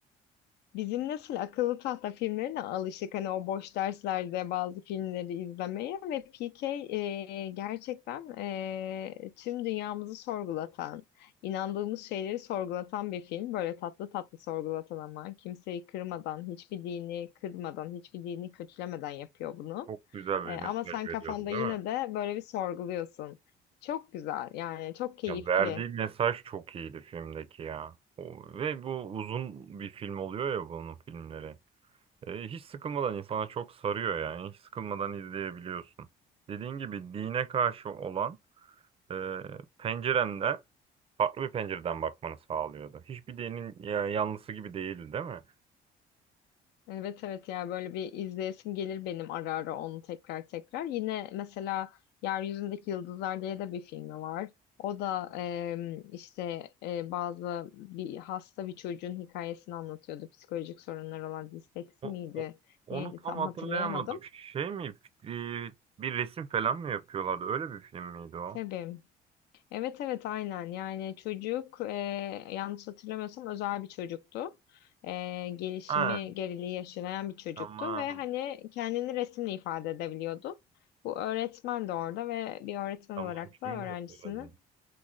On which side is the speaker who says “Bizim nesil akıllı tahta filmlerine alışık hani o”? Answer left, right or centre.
Left